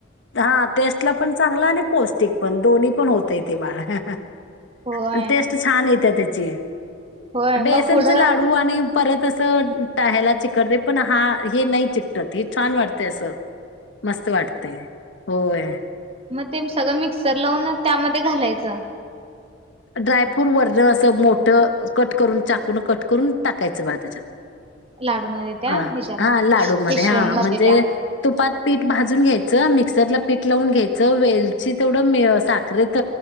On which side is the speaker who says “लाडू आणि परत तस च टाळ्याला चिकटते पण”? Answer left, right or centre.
Left